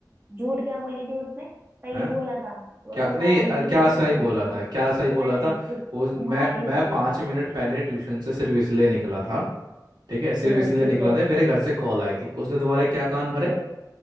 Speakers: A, on the right (about 30°); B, on the right (about 70°).
A: झूठ क्या बोली थी उसने सही
B: है
A: बोला था वो
B: क्या
A: तो
B: नहीं
A: मैं अंधी
B: अरे क्या
A: थी जो
B: सही
A: मुझे
B: बोला
A: दिखा
B: था क्या सही बोला
A: जो मैंने
B: था
A: उस तुम्हारी
B: वो मैं
A: बात
B: मैं पाँच
A: मान ली
B: मिनट
A: थी
B: पहले ट्यूशन से सिर्फ इसलिए निकला था ठीक है सिर्फ
A: हम्म
B: इसलिए
A: किस
B: निकला
A: लिए
B: था
A: निकले
B: मेरे घर
A: थे हम्म
B: से कॉल आई थी उसने तुम्हारे क्या कान भरे
A: ओ